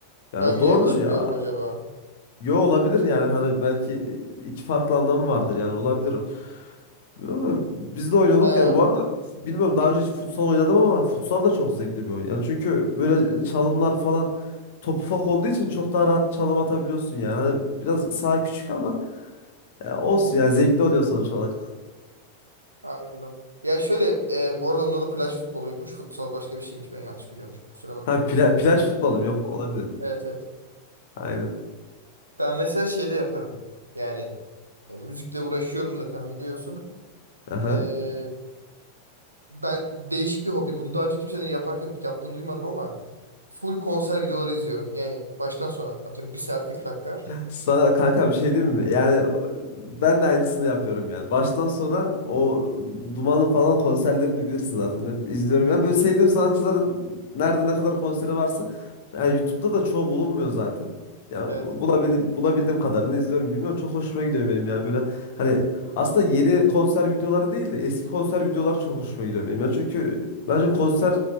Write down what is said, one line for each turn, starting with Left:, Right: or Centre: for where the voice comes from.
Left: Yani
Right: Ben mi
Left: doğrudur
Right: yanlış
Left: ya.
Right: biliyorum acaba?
Left: Yo olabilir yani hani belki iki farklı anlamı vardır yani olabilir. o. Bilmiyorum Ama biz de oynuyorduk
Right: He.
Left: yani bu arada bilmiyorum daha önce hiç futsal oynadım ama futsal da çok zevkli bir oyun. Yani çünkü böyle çalımlar falan top ufak olduğu için çok daha rahat çalım atabiliyorsun yani. Hani biraz saha küçük ama Ya olsun
Right: Hı hı.
Left: ya zevkli oluyor sonuç olarak.
Right: Anladım. Ya şöyle e, bu arada onun adı plaj futboluymuş. Futsal başka bir şeymiş. Ben yanlış biliyormuşum. Kusura bakma.
Left: Ha pla plaj futbolu mu? Yok olabilir mi?
Right: Evet evet.
Left: Aynen.
Right: Ben mesela şey de yaparım. Yani e, müzikle uğraşıyorum zaten biliyorsun.
Left: Aha.
Right: E, ben değişik bir hobi. Bunu daha önce kimsenin yaparken yaptığını duymadım ama full konser videoları izliyorum. Yani baştan sona atıyorum bir saat 40 dakika.
Left: Sana kanka bir şey diyeyim mi? Yani e, ben de aynısını yapıyorum yani. Baştan sona o Duman'ın falan konserlerini bilirsin zaten. Hep izliyorum.
Right: Hı hı.
Left: Yani böyle sevdiğim sanatçıların nerede ne kadar konseri varsa yani YouTube'da da çoğu bulunmuyor zaten. Ya
Right: Evet.
Left: bulabil bulabildiğim kadarını izliyorum. Bilmiyorum çok hoşuma gidiyor benim yani böyle hani aslında yeni konser videoları değil de eski konser videoları çok hoşuma gidiyor benim. Yani çünkü bence konser